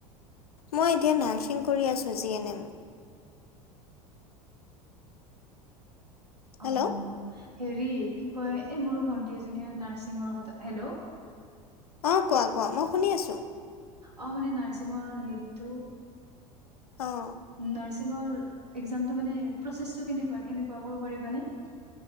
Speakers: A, on the left (about 70°); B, on the right (about 90°).
A: মই এতিয়া নাৰ্ছিং কৰি আছোঁ যি এনে। হেল্ল'
B: অ, হেৰি কি কয় এই মোৰো ভন্টি এজনীয়ে নাৰ্ছিঙৰ কথা হেল্ল'?
A: অ, কোৱা-কোৱা মই শুনি আছোঁ।
B: অ, মানে নাৰসিংঙৰ হেৰিতো।
A: অ'।
B: নাৰ্ছিঙৰ এক্সামটো মানে, প্ৰচেছটো কেনেকুৱা- কেনেকুৱা ক'ব পাৰিবানে?